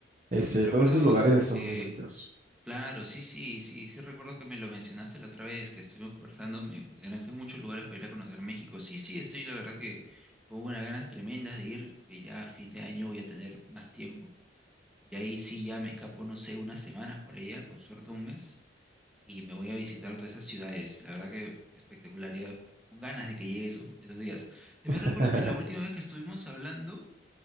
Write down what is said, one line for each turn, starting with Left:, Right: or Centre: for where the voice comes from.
Right: Este,
Centre: Recuerdo
Right: todos esos lugares
Centre: eh,
Right: son muy bonitos.
Centre: Claro, sí, sí, sí, sí recuerdo que me lo mencionaste la otra vez que estuvimos conversando, me mencionaste muchos lugares para ir a conocer México. Sí, sí, estoy la verdad que con unas ganas tremendas de ir, que ya a fin de año voy a tener más tiempo. Y ahí sí ya me escapo, no sé, unas semanas por allá, con suerte un mes, y me voy a visitar todas esas ciudades. La verdad que espectacular, ya con ganas de que llegue esos, esos días. También
Right: <laughs>
Centre: recuerdo que la última vez que estuvimos hablando,